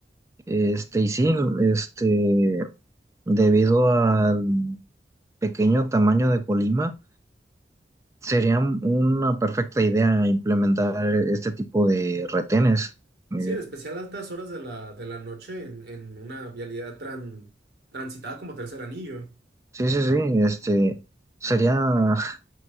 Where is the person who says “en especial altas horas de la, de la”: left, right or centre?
Right